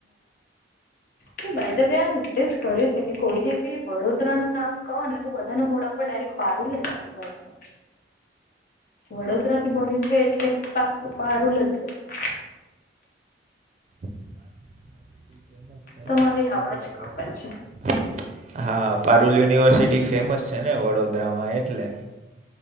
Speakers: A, on the left; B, on the right.
A: હ બાયધવે આ નોટિસ કર્યું છે કે કોઈને બી વડોદરાનું નામ કહો ને તો બધાના મોડા ડાયરેક્ટ પારુંલ જ આવી જાય છે. વડોદરા થી ભણ્યું છે એટલે પાક પારૂલ જ હશે.
B: યુનિવર્સિટી ફેમસ છે
A: તમારી
B: ને
A: આવાજ
B: એટલે એવોર્ડ
A: કપાય
B: વગેરેમાં.
A: છે.
B: હા પારુલ યુનિવર્સિટી ફેમસ છે ને વડોદરામાં એટલે